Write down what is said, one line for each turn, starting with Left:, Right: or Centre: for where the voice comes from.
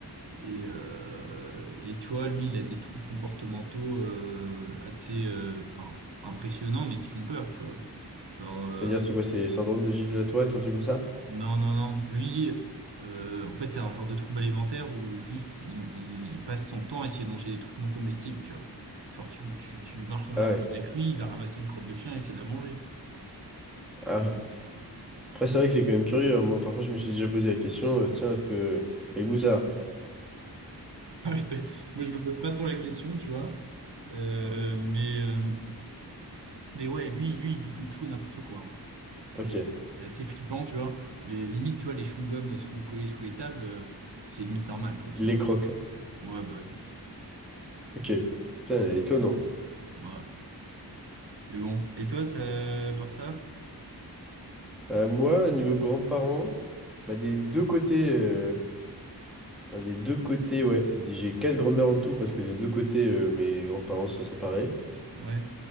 Right: Et, euh, et tu vois, lui, il a des troubles comportementaux euh, assez, euh, enfin, impressionnants, mais qui font peur, tu vois. Genre, euh,
Centre: C'est-à-dire, c'est quoi, c'est syndrome de Gilles de la Tourette, un truc comme ça?
Right: non, non, non. Lui, euh, en fait, c'est un genre de trouble alimentaire où juste il, il- il passe son temps à essayer de manger des trucs non comestibles, tu vois. Genre, tu, tu, tu marches dans
Centre: Ah
Right: la rue
Centre: ouais,
Right: avec lui, il va ramasser une crotte de chien et essayer de la manger.
Centre: ah ouais. Après, c'est vrai que c'est quand même curieux. hein. Moi, parfois, je me suis déjà posé la question, euh, tiens, est-ce que... Quel goût ça?
Right: <laughs> Moi, je me pose pas trop la question, tu vois. Euh, mais, euh, mais ouais, lui, lui, il bouffe tout et n'importe quoi.
Centre: a
Right: hein.
Centre: Ok.
Right: Et C'est assez flippant, tu vois. Les limites, tu vois, les chewing-gums euh, sous, collés sous les tables, euh, c'est limite normal, quoi qu'il
Centre: Il les
Right: en.
Centre: croque.
Right: Ouais, bah, ouais.
Centre: Ok. Putain, étonnant.
Right: Ouais. Mais bon. Et toi, ça, par ça?
Centre: Bah, moi, niveau grands-parents, bah, des deux côtés... euh, Enfin, des deux côtés, ouais. J'ai quatre grands-mères en tout parce que des deux côtés, euh, mes grands-parents sont séparés.
Right: Ouais.